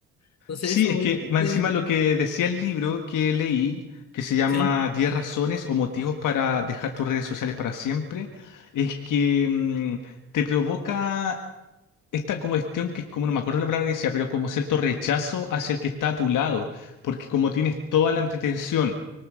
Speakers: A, on the left (about 55°); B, on the left (about 80°).
A: Entonces
B: Sí,
A: eso
B: es
A: obviamente,
B: que más encima lo que decía el libro que leí, que se llama
A: sí,
B: 10 razones o motivos para dejar tus redes sociales para siempre, es que mm, te provoca esta como cuestión que es como, no me acuerdo la palabra que decía, pero como cierto rechazo hacia el que está a tu lado, porque como tienes toda la entretención